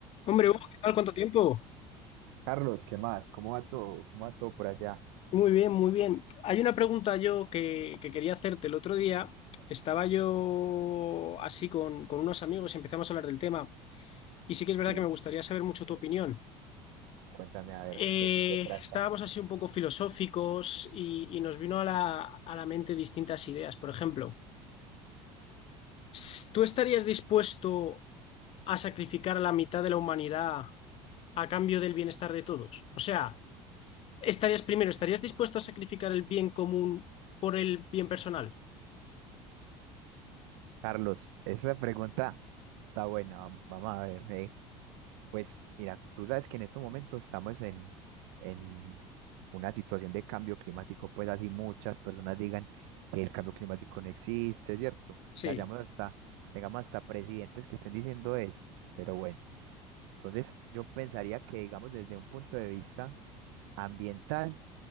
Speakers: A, on the left; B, on the right.
A: Hombre, Hugo, ¿qué tal? ¿Cuánto tiempo?
B: Carlos, ¿qué más? ¿Cómo va todo? ¿Cómo va todo por allá?
A: Muy bien, muy bien. Hay una pregunta yo que, que quería hacerte. El otro día estaba yo así con, con unos amigos y empezamos a hablar del tema. Y sí que es verdad
B: Sí,
A: que me gustaría saber mucho tu opinión.
B: cuéntame a ver
A: Eh,
B: de qué se trata.
A: estábamos así un poco filosóficos y, y nos vino a la, a la mente distintas ideas. Por ejemplo, s- ¿tú estarías dispuesto a sacrificar a la mitad de la humanidad a cambio del bienestar de todos? O sea... Estarías primero, ¿estarías dispuesto a sacrificar el bien común por el bien personal?
B: Carlos, esa pregunta está buena. vam- Vamos a ver. eh. Pues mira, tú sabes que en estos momentos estamos en, en una situación de cambio climático, pues así muchas personas digan que el cambio climático no existe, ¿cierto?
A: Sí,
B: Que hayamos hasta, tengamos hasta presidentes que estén diciendo eso. Pero bueno, entonces yo pensaría que, digamos, desde un punto de vista ambiental,